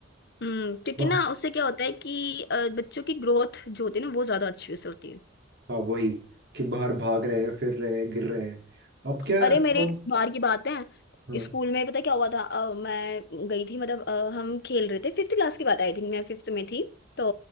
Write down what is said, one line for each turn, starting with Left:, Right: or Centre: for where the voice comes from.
Left: हम्म क्योंकि
Right: वाह
Left: ना उससे क्या होता है कि अ, बच्चों की ग्रोथ जो होती है ना वो ज्यादा अच्छी उससे होती है
Right: हाँ वही कि बाहर भाग रहे हैं फिर रहे हैं गिर रहे हैं अब क्या
Left: अरे मेरे
Right: फोन
Left: एक बार की बात है
Right: हाँ
Left: स्कूल में पता क्या हुआ था अ, मैं गई थी मतलब अ, हम खेल रहे थे फिफ्थ क्लास की बात आई थिंक मैं फिफ्थ में थी तो